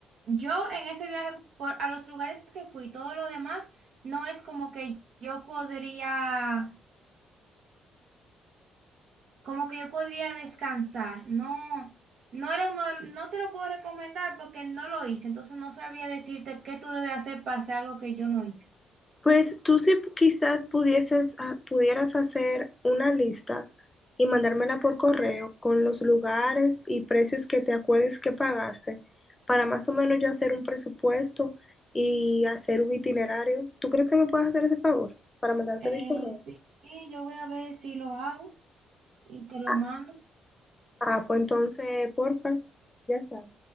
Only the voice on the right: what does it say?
yo en ese viaje, por, a los lugares que fui, todo lo demás, no es como que yo podría, como que yo podría descansar, no, no era uno, no te lo puedo recomendar porque no lo hice, entonces no sabría decirte qué tú debes hacer para hacer algo que yo no hice.
Eh,
sí, sí, yo voy a ver si lo hago y te lo
mando.